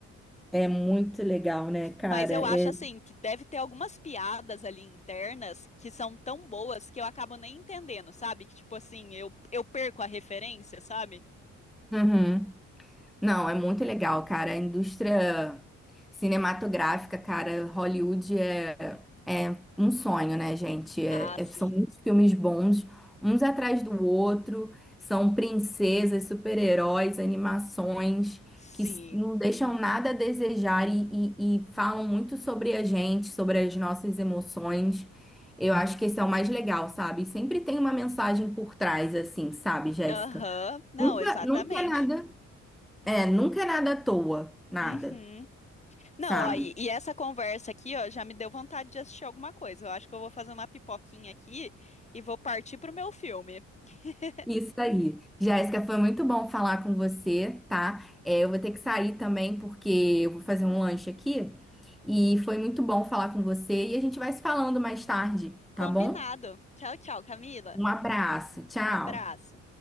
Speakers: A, in the centre; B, on the left.
A: é muito legal, né, cara?
B: Mas eu acho
A: É...
B: assim que deve ter algumas piadas ali internas que são tão boas que eu acabo nem entendendo, sabe? Que tipo assim, eu, eu perco a referência, sabe?
A: Uhum. Não, é muito legal, cara. A indústria cinematográfica, cara, Hollywood é, é um sonho, né, gente? É-
B: Ah,
A: é-
B: sim.
A: são muitos filmes bons, uns atrás do outro. São princesas, super-heróis, animações
B: Sim.
A: que s- não deixam nada a desejar e, e- e falam muito sobre a gente, sobre as nossas emoções. Eu acho que esse é o mais legal, sabe? Sempre tem uma mensagem por trás, assim, sabe, Jéssica?
B: Aham. Não,
A: Nunca,
B: exatamente.
A: nunca é nada. É, nunca é nada à toa, nada,
B: Uhum. Não,
A: sabe?
B: ó, e, e essa conversa aqui, ó, já me deu vontade de assistir alguma coisa. Eu acho que eu vou fazer uma pipoquinha aqui e vou partir pro meu filme. <laughs>
A: Isso aí. Jéssica, foi muito bom falar com você, tá? É, eu vou ter que sair também porque eu vou fazer um lanche aqui. E foi muito bom falar com você e a gente vai se falando mais tarde,
B: Combinado.
A: tá bom?
B: Tchau, tchau, Camila.
A: Um abraço, tchau.
B: Abraço.